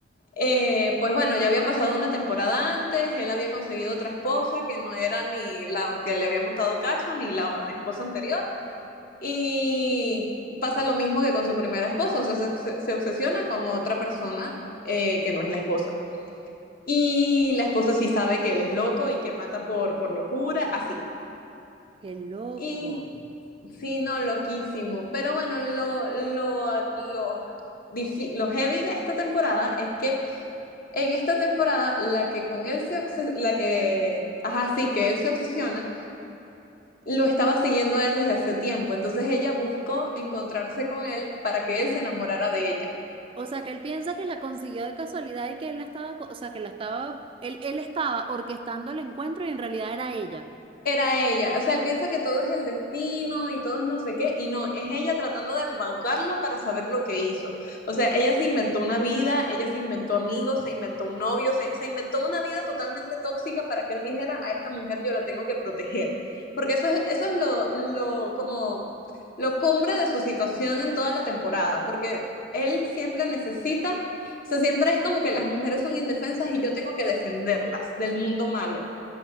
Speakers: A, on the left; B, on the right.
A: Eh, pues bueno, ya había pasado una temporada antes, él había conseguido otra esposa que no era ni la que le había montado cacho, ni la esposa anterior. Y pasa lo mismo que con su primera esposa, o sea, se, se obsesiona con otra persona eh, que no es la esposa. Y la esposa sí sabe que él es loco y que mata por, por locura, así.
B: Qué loco.
A: Y sí, no, loquísimo. Pero bueno, lo, lo, lo, difi- lo heavy de esta temporada es que En esta temporada, la que con él se obses- la que, ajá, sí, que él se obsesiona, lo estaba siguiendo a él desde hace tiempo. Entonces ella buscó encontrarse con él para que él se enamorara de ella.
B: O sea, que él piensa que la consiguió de casualidad y que él la estaba, co- o sea, que la estaba, él, él estaba orquestando el encuentro y en realidad era ella.
A: era ella. O sea, él piensa que todo es el destino y todo es no sé qué, y no, es ella tratando de embaucarlo para saber lo que hizo. O sea, ella se inventó una vida, ella se inventó amigos, se inventó un novio, se, se inventó una vida totalmente tóxica para que él dijera, a esta mujer yo la tengo que proteger. Porque
B: Qué
A: eso es, eso es lo, lo, como, lo cumbre de su situación en toda la temporada, porque él siempre necesita, o sea, siempre es como que las mujeres son indefensas y yo tengo que defenderlas del mundo malo.